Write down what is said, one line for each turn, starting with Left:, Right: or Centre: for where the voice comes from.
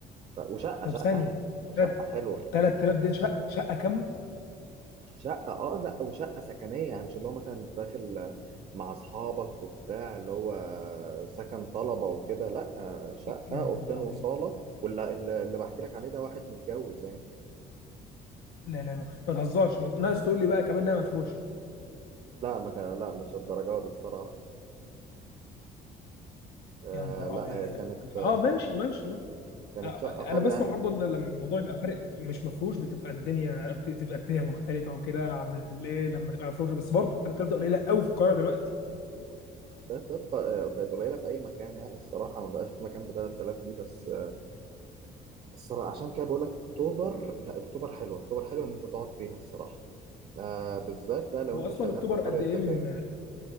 Right: ف... وشقة
Left: طب
Right: شقة
Left: ثانية
Right: يعني شقة
Left: تلات
Right: حلوة
Left: تلات آلاف دي شقة شقة كاملة
Right: شقة اه لا وشقة سكنية يعني مش اللي هو مثلا انت داخل مع أصحابك وبتاع اللي هو سكن طلبة وكده لا شقة
Left: يا
Right: أوضتين
Left: نهار
Right: وصالة
Left: أبيض
Right: واللي اللي اللي بحكي لك عليه ده واحد متجوز يعني
Left: لا لا لا أنت ما تهزرش ما- ناقص تقول لي بقى كمان إنها مفروشة
Right: لا ما كان لا مش الدرجة دي الصراحة آه
Left: يا نهار
Right: لا
Left: أبيض
Right: هي
Left: يا
Right: كانت
Left: جدع.
Right: آه، شقة
Left: أه ماشي ماشي ما.
Right: كانت
Left: آه،
Right: شقة
Left: أنا
Right: فاضية
Left: بسمع
Right: يعني
Left: برضه إن لما الموضوع يبقى فارق مش مفروش بتبقى الدنيا بتبقى الدنيا مختلفة وكده عن الإيه لما تبقى مفروشة بس برضه 3000 ده قليلة قوي في القاهرة دلوقتي
Right: بقت بقت بقت قليله في اي مكان يعني الصراحه ما بقاش في مكان ب 3000 دي بس الصراحه عشان كده بقول لك اكتوبر لا اكتوبر حلوه اكتوبر حلوه ان انت تقعد فيها الصراحه آه بالذات بقى لو
Left: هو
Right: انت
Left: أصلا
Right: شغال
Left: أكتوبر
Right: في القريه
Left: قد
Right: الذكيه
Left: إيه من